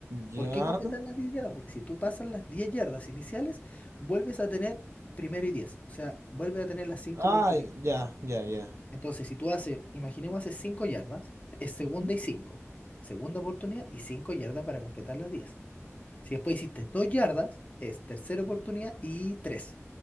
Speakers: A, on the right; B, on the left.
A: ya.
B: ¿Por qué completar las 10 yardas? Porque si tú pasas las 10 yardas iniciales, vuelves a tener primero y diez o sea, vuelves a tener las cinco
A: Ah,
B: oportunidades.
A: ya, ya, ya.
B: Entonces, si tú haces, imaginemos, haces 5 yardas, es segunda
A: Ujú.
B: y cinco segunda oportunidad y 5 yardas para completar las diez Si después hiciste 2 yardas, es tercera oportunidad y tres